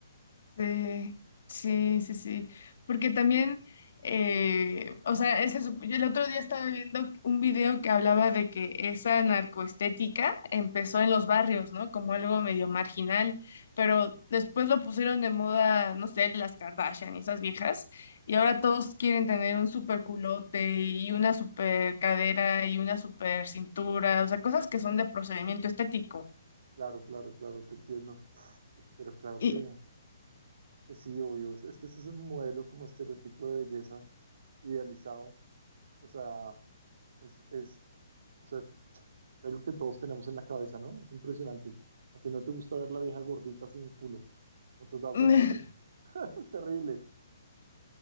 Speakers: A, on the left (about 55°); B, on the right (about 55°).
A: Sí, sí, sí, sí. Porque también, eh, o sea, ese, sup- yo el otro día estaba viendo un video que hablaba de que esa narcoestética empezó en los barrios, ¿no? Como algo medio marginal, pero después lo pusieron de moda, no sé, las Kardashian y esas viejas, y ahora todos quieren tener un super culote y una super cadera y una super cintura, o sea, cosas que son de procedimiento estético.
B: Claro, claro, claro, te entiendo. Pues, pero claro
A: Y
B: que Sí, obvio. Es que ese es un modelo como estereotipo de belleza idealizado. O sea, es, es, o sea, es algo que todos tenemos en la cabeza, ¿no? Es impresionante. A ti no te gusta ver la vieja gordita sin culo. ¿No te has dado
A: <laughs>
B: cuenta? <laughs> Es terrible.